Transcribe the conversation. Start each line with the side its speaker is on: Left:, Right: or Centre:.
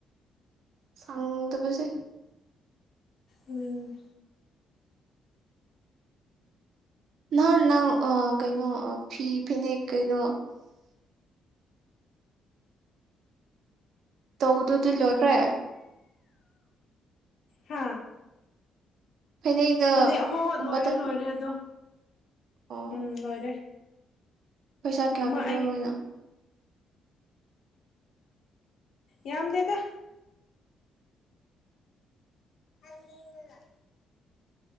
Right: ꯁꯪ ꯇꯄꯁꯦ
Left: ꯎꯝ
Right: ꯅꯍꯥꯟ ꯅꯪ ꯀꯩꯅꯣ ꯐꯤ ꯐꯅꯦꯛ ꯀꯩꯅꯣ ꯇꯧꯗꯨꯗꯤ ꯂꯣꯏꯈ꯭ꯔꯦ
Left: ꯍꯥ
Right: ꯐꯅꯦꯛꯇ
Left: ꯐꯅꯦꯛ ꯑꯍꯣ ꯂꯣꯏꯔꯦ
Right: ꯕꯇꯔ
Left: ꯂꯣꯏꯔꯦ ꯑꯗꯣ
Right: ꯑꯣ
Left: ꯎꯝ ꯂꯣꯏꯔꯦ
Right: ꯄꯩꯁꯥ ꯀꯌꯥ
Left: ꯑꯃ
Right: ꯄꯤꯕ꯭ꯔꯣ
Left: ꯑꯩꯒꯤ
Right: ꯃꯣꯏꯅꯣ
Left: ꯌꯥꯝꯗꯦꯗ ꯑꯂꯅꯗ